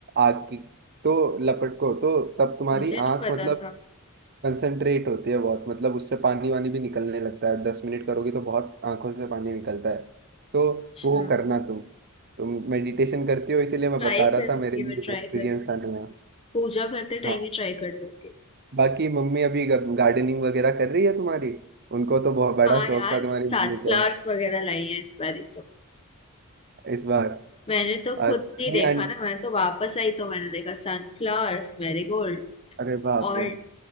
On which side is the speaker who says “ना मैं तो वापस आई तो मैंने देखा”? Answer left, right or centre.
Left